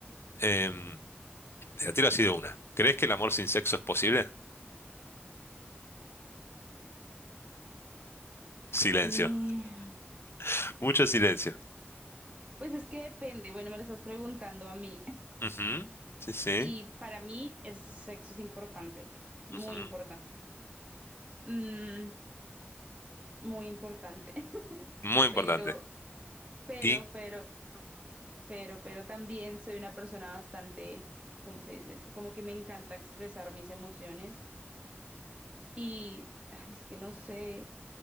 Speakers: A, on the left; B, on the right.
A: Em, te la tiro así de una. ¿Crees que el amor sin sexo es posible? Silencio,
B: Damn.
A: <laughs> mucho silencio.
B: Pues es que depende. Bueno, me lo estás preguntando a mí.
A: Ujú, Sí, sí.
B: Y para mí el sexo es importante, muy
A: ujú,
B: importante, Mm, muy importante. <laughs>
A: Muy importante.
B: Pero, pero,
A: ¿Y
B: pero, pero, pero también soy una persona bastante, ¿cómo se dice eso? Como que me encanta expresar mis emociones y, ay, es que no sé.